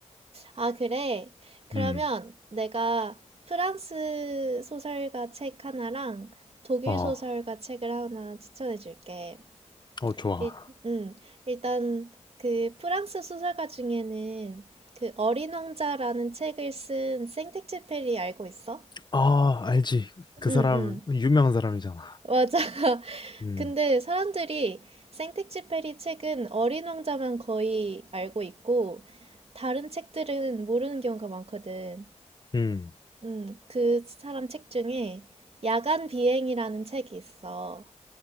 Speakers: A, on the right; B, on the left.
A: 아, 그래. 그러면
B: 음.
A: 내가 프랑스 소설가 책 하나랑 독일
B: 어,
A: 소설가 책을 하나 추천해 줄게.
B: 어, 좋아.
A: 일, 음, 일단 그 프랑스 소설가 중에는 그 어린 왕자라는 책을 쓴 생텍쥐페리 알고 있어?
B: 아, 알지. 그
A: 응,
B: 사람,
A: 응.
B: 유명한 사람이잖아.
A: 맞아. <laughs>
B: 음,
A: 근데 사람들이 생텍쥐 페리 책은 어린 왕자만 거의 알고 있고 다른 책들은 모르는 경우가 많거든.
B: 음.
A: 음, 그 사람 책 중에 야간 비행이라는 책이 있어.